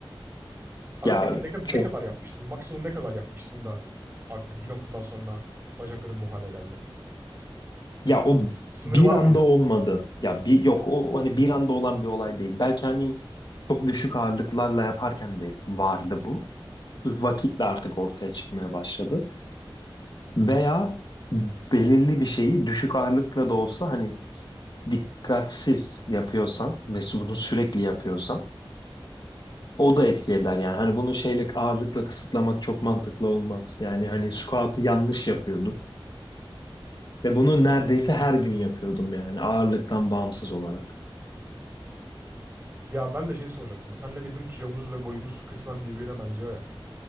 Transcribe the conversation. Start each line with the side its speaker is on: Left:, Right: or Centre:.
Right: Abi
Left: ya
Right: peki ne kadar
Left: çok
Right: ne kadar yapmıştın? Maksimum ne kadar yapmıştın da artık bir noktadan sonra bacakların bu hale geldi?
Left: ya o
Right: Bunun bir s- sınırı
Left: bir
Right: var
Left: anda
Right: mıydı?
Left: olmadı. Ya bir yok o hani bir anda olan bir olay değil. Belki hani çok düşük ağırlıklarla yaparken de vardı bu. Vakitle artık ortaya çıkmaya başladı. Veya belirli bir şeyi düşük ağırlıkla da olsa hani dikkatsiz yapıyorsan ve bunu sürekli yapıyorsan O da etki eder yani. Hani bunu şeyle ağırlıkla kısıtlamak çok mantıklı olmaz. Yani
Right: Hmm.
Left: hani squat'u yanlış yapıyordum. Ve bunu neredeyse her gün yapıyordum yani ağırlıktan bağımsız olarak.
Right: Ya ben de şeyi soracaktım. Senle bizim kilomuz ve boyumuz kısmen birbirine benziyor ya.